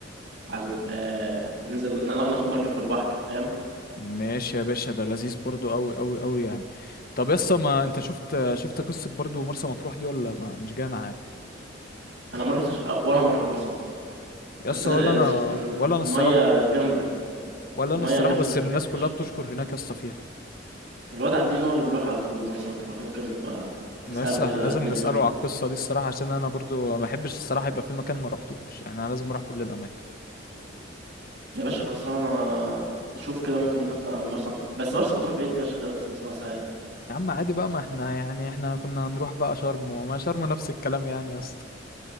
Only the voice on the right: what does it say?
على ال- ننزل نا- ناخد مركب في البحر فاهم
انا ما رحتش ولا مره مرسى مطروح بس
انا
سمعت ان
الميه جامده
الميه
جامده
هناك
فش
الواد عابدين هو اللي بيروح على طول مرسى مطروح ممكن نبقى نساله
كده
على الدنيا
هناك
يا باشا خلصانه نشوف كده ممكن نطلع مرسى مطروح بس مرسى مطروح بعيد فشخ بس سبع ساعات